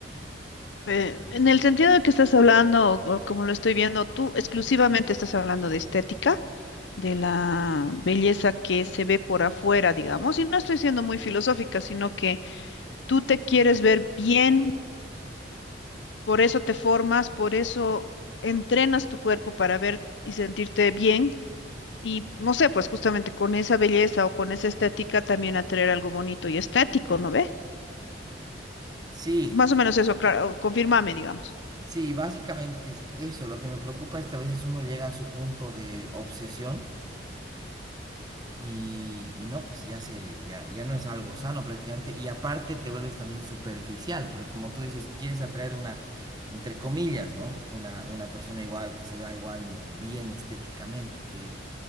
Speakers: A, on the left; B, on the right.
A: Eh, en el sentido de que estás hablando, o como lo estoy viendo, tú exclusivamente estás hablando de estética, de la belleza que se ve por afuera, digamos, y no estoy siendo muy filosófica, sino que tú te quieres ver bien, por eso te formas, por eso entrenas tu cuerpo para ver y sentirte bien, y no sé, pues justamente con esa belleza o con esa estética también atraer algo bonito y estético, ¿no ve?
B: Sí,
A: Más o menos eso, claro, confírmame, digamos.
B: sí, básicamente es eso. Lo que me preocupa es que a veces uno llega a su punto de obsesión Y, y no, pues ya se, ya, ya no es algo sano prácticamente. Y aparte te vuelves también superficial, porque como tú dices, quieres atraer una, entre comillas, ¿no? Una, una persona igual, que se vea igual bien estéticamente, que